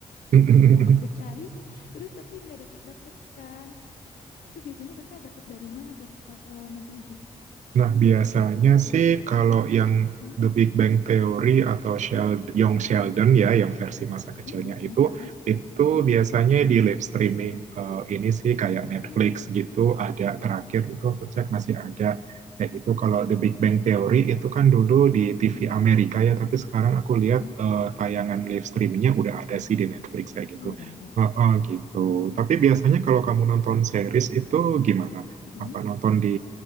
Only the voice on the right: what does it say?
<laughs>
Nah, biasanya sih kalau yang
The Big Bang Theory atau Sheld Young
Sheldon
ya, yang versi masa kecilnya
itu,
itu
biasanya
di live streaming eh, ini sih kayak
Netflix gitu, ada terakhir itu
aku cek masih ada. Kayak gitu, kalau
The Big Bang Theory itu kan dulu di TV
Amerika ya, tapi sekarang aku lihat
eh, tayangan live streamingnya udah ada sih di Netflix kayak gitu.
Heeh, gitu.
Tapi biasanya kalau kamu nonton series itu gimana?
apa nonton di